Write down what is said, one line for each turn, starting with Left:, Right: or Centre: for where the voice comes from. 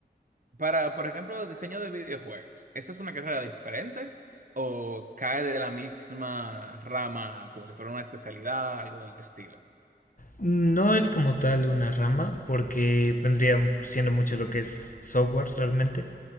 Right: para, por ejemplo, diseño de videojuegos, ¿esa es una carrera diferente o cae de la misma rama como si fuera una especialidad, algo del estilo?
Left: No es como tal una rama, porque vendría siendo mucho lo que es software realmente,